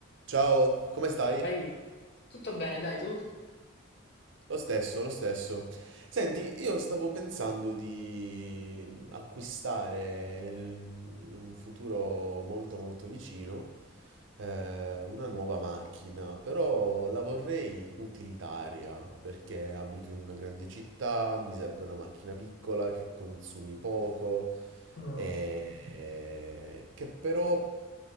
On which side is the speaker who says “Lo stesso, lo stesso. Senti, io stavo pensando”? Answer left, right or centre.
Right